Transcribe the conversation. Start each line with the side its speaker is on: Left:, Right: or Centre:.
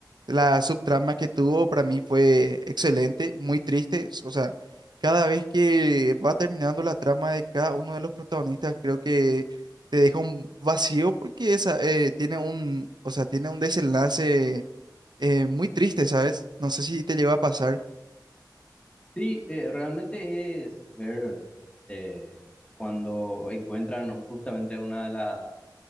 Right: La subtrama que tuvo para mí fue excelente, muy triste. O sea, cada vez que va terminando la trama de cada uno de los protagonistas, creo que te deja un vacío porque esa, eh, tiene un, o sea, tiene un desenlace eh, muy triste, ¿sabes? No sé si te llegó a pasar.
Left: Sí, eh, realmente es ver eh, cuando encuentran justamente una de las